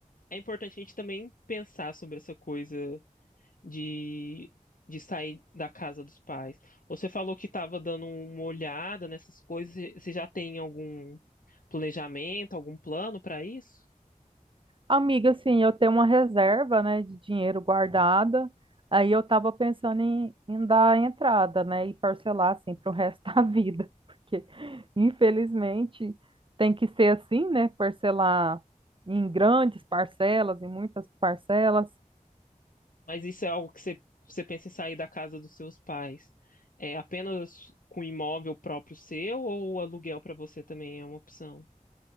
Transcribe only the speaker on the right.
Amiga, assim, eu tenho uma reserva, né, de dinheiro guardada. Aí eu tava pensando em, em dar entrada, né, e parcelar, assim, pro resto <laughs> da vida. Porque, infelizmente, tem que ser assim, né, parcelar em grandes parcelas, em muitas parcelas.